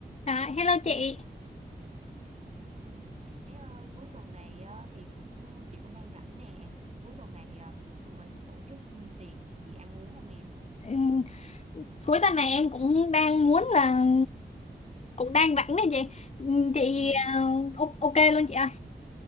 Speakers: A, on the left; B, on the right.
A: À, hello chị.
B: Ừ. Bé ơi cuối tuần này á, thì cũng chị cũng đang rảnh nè cuối tuần này um, tụi mình tổ chức tiệc gì ăn uống không em
A: Ừm, Cuối tuần này em cũng đang muốn là cũng đang rảnh đấy chị. Ừm, Chị
B: ừ.
A: à, o- ok luôn chị ơi.